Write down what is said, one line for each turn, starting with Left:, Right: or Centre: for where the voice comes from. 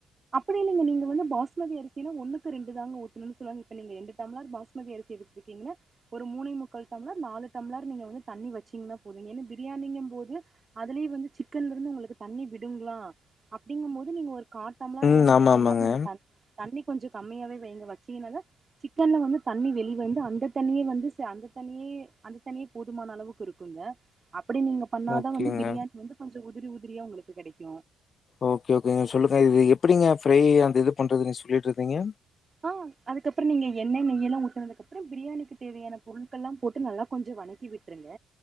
Right: <unintelligible> நீங்க வந்து பாஸ்மதி அரிசினனா ஒண்ணுக்கு ரெண்டுதாங்க ஊத்தனு சொல்லுவாங் இப்ப நீங்க ரெண்டு டம்ளார் பாஸ்மதி அரிசி எடுத்துருக்கீன்னா ஒரு மூனை முக்கள் டம்ளார் நாலு டம்ளார் நீங்க வந்து தண்ணி வெச்சீங்குன்னா போது ஏனா பிரியாணிங்கும் போது அதிலயே வந்து சிக்கன்ல இருந்து உங்குளுக் தண்ணி விடுங்குளா அப்பிடிங்கும் போது நீங்க ஒர் கா டம்ளார்
Left: ம்.
Right: அல்லது அர
Left: ஆமா,
Right: டம்ளார்
Left: ஆமாங்க.
Right: நீங்க தண் தண்ணி கொஞ்ச கம்மியாவே வெயிங்க வச்சீங்குனாத சிக்கன்ல வந்து தண்ணி வெளி வந்து அந்த தண்ணியே வந்து சே அந்த தண்ணியே அந்த தண்ணியே போதுமான அளவுக்கு இருக்குங்க அப் ப்டி நீங்க பண்ணாதா
Left: ஓகேங்க.
Right: வந்து பிரியாணில இருந்து கொஞ்சு உதிர் உதிரியா உங்குளுக் கெடைக்கு
Left: ஓகே ஓகேங்க சொல்லுங்க இது எப்பிடிங்க ஃப்ரை அந்த இது பண்றது நீங்க சொல்லிட்ருந்தீங்க
Right: ஆ அதுக்கப்புறம் நீங்க எண்ணெய் நெய்யெல்லா ஊத்துனகப்புறோ பிரியாணிக்கு தேவையான பொருள்கள் எல்லாம் போட்டு நல்லா கொஞ்ச வணக்கி விட்டுருங்க